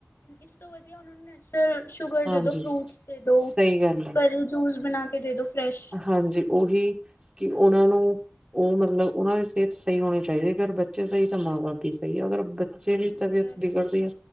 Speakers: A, on the left; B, on the right.
A: ਇਸ ਤੋਂ ਵਧੀਆ ਉਹਨਾਂ ਨੂੰ? ਸ਼ੂਗਰ
B: ਹਾਂਜੀ।
A: ਦੇ ਦੋ ਫਰੂਟਸ ਦੇ ਦੋ
B: ਸਹੀ ਗੱਲ ਹੈ,
A: ਘਰੇ ਜੂਸ ਬਣਾ ਕੇ ਦੇ ਦੋ। ਫਰੈਸ਼
B: ਹਾਂਜੀ ਉਹੀ ਕਿ। ਉਹਨਾਂ ਨੂੰ ਉਹ ਮਤਲਬ ਉਹਨਾਂ ਦੀ ਸਿਹਤ ਸਹੀ ਹੋਣੀ ਚਾਹੀਦੀ ਅਗਰ ਬੱਚੇ ਸਹੀ ਤਾਂ ਮਾਂ ਬਾਪ ਹੀ ਸਹੀ ਅਗਰ ਜਿਹੜੀ
A: ਹਾਂਜੀ
B: ਤਬੀਅਤ
A: ਐ ਤਾਂ
B: ਬਗੜਦੀ
A: ਸਈ
B: ਹੈ